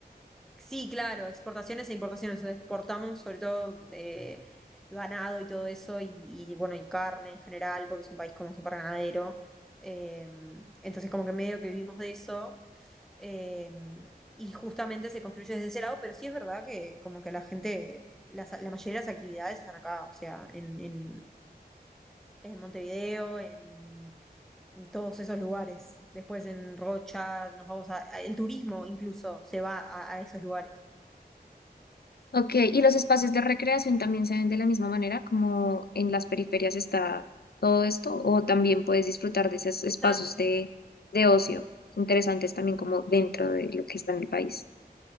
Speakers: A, in the centre; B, on the left.
A: sí, claro, exportaciones e importaciones. Exportamos sobre todo eh, ganado y todo eso, y, y, bueno, y carne en general, porque es un país como súper ganadero. Eh, entonces, como que medio que vivimos de eso. eh, y justamente se construye desde ese lado, pero sí es verdad que como que la gente, las- la mayoría de las actividades están acá, o sea, en, en en Montevideo, en, en todos esos lugares. Después en Rocha, nos vamos a, a- el turismo incluso se va a, a esos lugares.
B: Ok, y los espacios de recreación también se ven de la misma manera, como en las periferias está todo esto, o también puedes disfrutar de esos espacios
A: Está,
B: de, de ocio interesantes también como dentro de lo que está en el país.